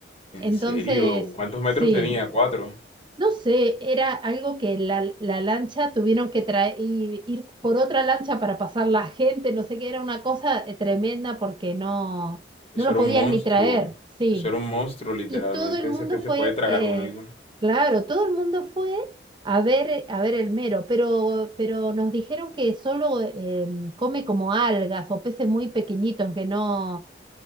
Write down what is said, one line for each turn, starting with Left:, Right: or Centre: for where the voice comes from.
Left: ¿En
Right: Entonces,
Left: serio? ¿Cuántos metros
Right: sí,
Left: tenía? Cuatro.
Right: no sé, era algo que la, la lancha tuvieron que traer, ir por otra lancha para pasar la gente, no sé qué, era una cosa eh, tremenda porque no,
Left: Eso
Right: no lo
Left: era
Right: podían
Left: un monstruo.
Right: ni traer, sí.
Left: Eso era un monstruo, literalmente.
Right: Y todo el
Left: Ese
Right: mundo
Left: pez se
Right: fue,
Left: puede tragar
Right: eh,
Left: uno alguien.
Right: claro, todo el mundo fue a ver, eh, a ver el mero, pero, pero nos dijeron que solo eh, come como algas o peces muy pequeñitos que no,